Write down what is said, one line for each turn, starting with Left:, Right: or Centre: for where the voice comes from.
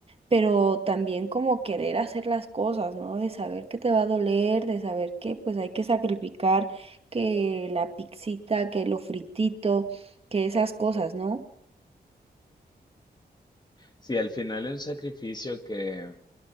Right: Pero también como querer hacer las cosas, ¿no? De saber que te va a doler, de saber que pues hay que sacrificar que la pixita, que lo fritito, que esas cosas, ¿no?
Left: Sí, al final es un sacrificio que